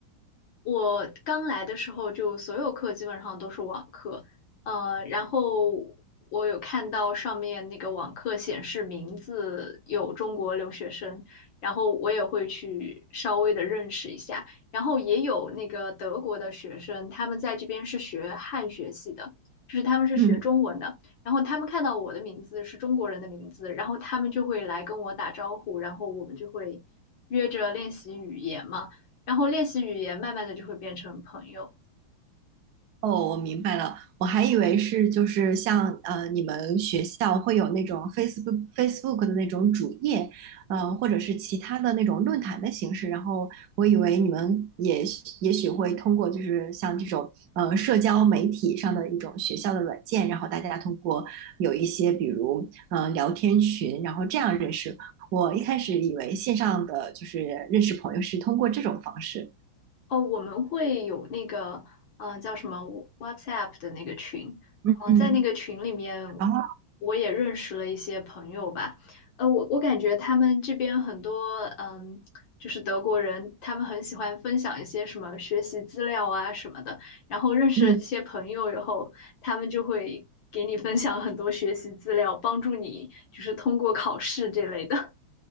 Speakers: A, on the left (about 65°); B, on the right (about 65°).
A: 我刚来的时候，就所有课基本上都是网课，呃，然后我有看到上面那个网课显示名字有中国留学生，然后我也会去稍微的认识一下，然后也有那个德国的学生，他们在这边是学汉学系的，就是他们是学中文的，
B: 嗯，
A: 然后他们看到我的名字是中国人的名字，然后他们就会来跟我打招呼，然后我们就会约着练习语言嘛。然后练习语言，慢慢的就会变成朋友。
B: 哦，我明白了，我还以为是就是像呃你们学校会有那种 Facebook Facebook 的那种主页，呃，或者是其他的那种论坛的形式，然后我以为你们也许也许会通过就是像这种呃社交媒体上的一种学校的软件，然后大家通过有一些比如呃聊天群，然后这样认识。我一开始以为线上的就是认识朋友是通过这种方式，
A: 哦，我们会有那个，嗯，叫什么 WhatsApp 的那个群，
B: 嗯。
A: 哦，
B: 嗯，
A: 在那个群里面，
B: 然后
A: 我也认识了一些朋友吧。呃，我我感觉他们这边很多，嗯，就是德国人，他们很喜欢分享一些什么学习资料啊什么的。然后认识了这些朋友以后，
B: 嗯。
A: 他们就会给你分享很多学习资料，帮助你就是通过考试这类的。